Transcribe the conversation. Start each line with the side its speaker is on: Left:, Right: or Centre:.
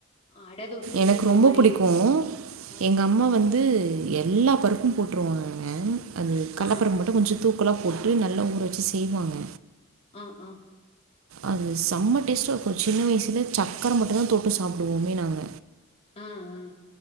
Left: அட தோச இது
Right: எனக்கு
Left: ஒரு
Right: ரொம்ப
Left: மாரி
Right: புடிக்கு
Left: ஆ
Right: எங்கம்மா வந்து எல்லா பருப்பு போட்ருவாங்கங்க அது கல்ல
Left: ஆ
Right: பருப்பு
Left: ஆ
Right: மட்டு கொஞ்சோ தூ க்களா போட்டு நல்லா ஊற வச்சு செய்வாங்க
Left: ஆ ஆ
Right: அது செம்ம டேஸ்ட்டாருக்கு சின்ன வய்சுல சக்கர மட்டு தா தொட்டு சாப்டுவோமே நாங்க
Left: ஆ ஆ